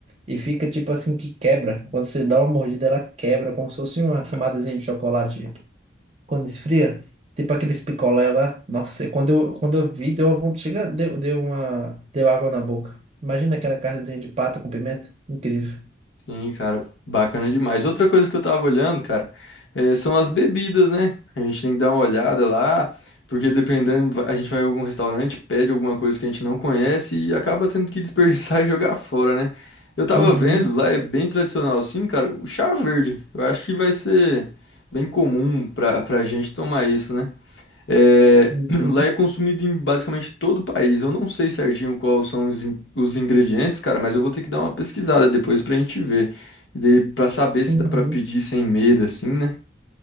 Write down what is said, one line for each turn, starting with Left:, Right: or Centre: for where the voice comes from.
Right: E fica tipo assim que quebra. Quando você dá uma mordida, ela quebra, como se fosse uma camadazinha de chocolate. Quando esfria, tipo aqueles picolé lá. Nossa, quando eu, quando eu vi, deu uma vontade. Chega, deu, deu uma. Deu água na boca. Imagina aquela carnezinha de pato com pimenta. Incrível.
Left: Sim, cara, bacana demais. Outra coisa que eu tava olhando, cara, eh, são as bebidas, né? A gente tem que dar uma olhada lá, porque dependendo, va- a gente vai em algum restaurante, pede alguma coisa que a gente não conhece e acaba tendo que desperdiçar <laughs> e jogar fora, né? Eu tava
Right: Uhum,
Left: vendo, lá é bem tradicional assim, cara, o chá verde. Eu acho que vai ser bem comum pra, pra gente tomar isso, né? É,
Right: uhum,
Left: <clears throat> lá é consumido em basicamente todo o país. Eu não sei certinho quais são os, in- os ingredientes, cara, mas eu vou ter que dar uma pesquisada depois pra gente ver. E daí pra saber se
Right: uhum.
Left: dá pra pedir sem medo, assim, né?